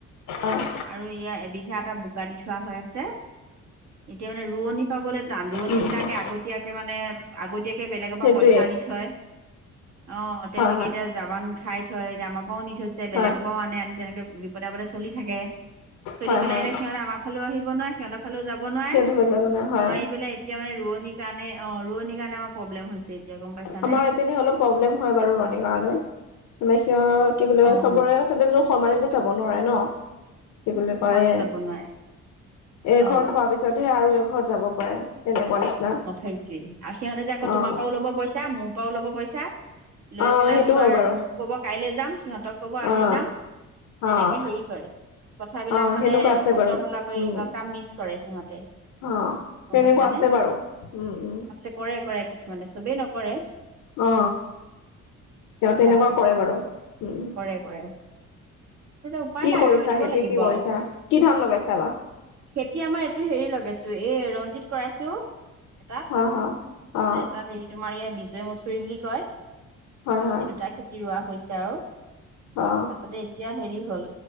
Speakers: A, on the left (about 85°); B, on the right (about 60°).
A: অ',
B: আৰু এইয়া এবিঘা এটা বুক দি থোৱা হৈ আছে, এতিয়া মানে ৰোৱনী পাবলৈ? চান্দোৰনী
A: উম,
B: বিলাকে আগতীয়াকে মানে মানে আগতীয়া বেলেগৰ
A: সেইটোৱে
B: পৰা পইচা আনি থয়। অ, তেওঁলোকে
A: হয়, হয়,
B: এতিয়া জাবান খাই থৈ আমাৰ পৰাও নি থৈছে, বেলেগৰ
A: হয়,
B: পৰাও আনে, আনি তেনেকে বিপদে আপদ চলি থাকে। চলি
A: হয়,
B: পেলাই
A: হয়,
B: এতিয়া সিহঁত আমাৰ ফালেও আহিব নোৱাৰে। সিহঁতৰ ফালেও যাব নোৱাৰে,
A: সিহঁতৰ যাব না হয়,
B: নোৱাৰি পেলাই এতিয়া মানে ৰোৱনী সেইকাৰণে অ, ৰুৱানিৰ কাৰণে আমাৰ প্ৰব্লেম হৈছে। এতিয়া গম পাইচানে।
A: আমাৰ এইপিনে প্ৰব্লেম হয় বাৰু ৰুৱানীৰ কাৰনে মানে সিহত কি বুলি কয়
B: অ
A: চবৰে
B: অ
A: তা সম যাব নোৱাৰে ন। কি বুলি
B: সমানে
A: কয়,
B: যাব নোৱাৰে
A: এইঘৰত
B: অ
A: হোৱা পিছতহে আৰু এই ঘৰত যাব। কৰে তেনেকুৱা নিচিনা।
B: অ, সেইটোৱে আৰু সিহঁতে যে আকৌ
A: অ',
B: তোমাৰ পৰাও ল'ব পইচা মোৰ মোৰ পাও, ল'ব পইচা। লৈ
A: অ',
B: পেলাই
A: সেইটো
B: তোমাৰ
A: হয় বাৰু
B: মোক ক'ব? কাইলৈ যাম। সিহঁতক কব আজি
A: অ',
B: যাম, তেনেকে
A: অ',
B: হেৰি কৰে, কথাবিলাক
A: অ', সেনেকুৱা
B: মানে
A: আছে বাৰু
B: উল্টা-পুলটা কৰি
A: উম,
B: কাম মিচ কৰে। সিহঁতে।
A: অ,
B: গম
A: তেনেকুৱা
B: পাইছানে
A: আছে বাৰু। উম, উম,
B: আছে কৰে, কৰে কিছুমানে চবেই নক কৰে।
A: অ, তেওঁ
B: সেয়া
A: তেনেকুৱা কৰে বাৰু। উম
B: কৰে, কৰে। উপায়
A: কি
B: নাই
A: কৰিছা
B: ৰৈ দিব
A: খেতি
B: লাগিব
A: কি কৰিছা
B: আৰু,
A: কি ধান লগাইছা বা
B: খেতি আমাৰ এইটো হেৰি লগাইছোৱে। এ, ৰঞ্জিত কৰাইছো। এটাত, তাৰপিছত
A: হা হা অ
B: এটাত হেৰিতো মাৰিয়ে বিজয় মছুৰি বুলি কয়। সেই
A: হয় হয়
B: দুটা খেতি ৰোৱা। হৈছে আৰু।
A: অ
B: তাৰ পাছতে এতিয়া হেৰি হ'ল